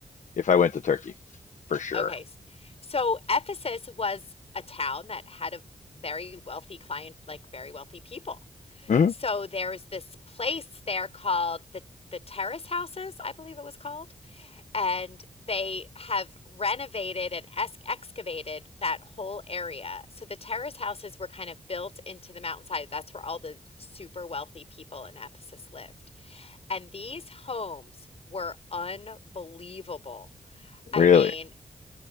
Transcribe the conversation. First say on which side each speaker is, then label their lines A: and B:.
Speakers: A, on the left; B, on the left.
A: if I went to Turkey, for sure.
B: okay. s- So Ephesus was a town that had a very wealthy client, like very wealthy people.
A: hmm
B: So there was this place there called the the Terrace Houses, I believe it was called. and they have renovated and excavated that whole area. So the terrace houses were kind of built into the mountainside. That's where all the super wealthy people in Ephesus lived. And these homes were unbelievable. I
A: Really?
B: mean,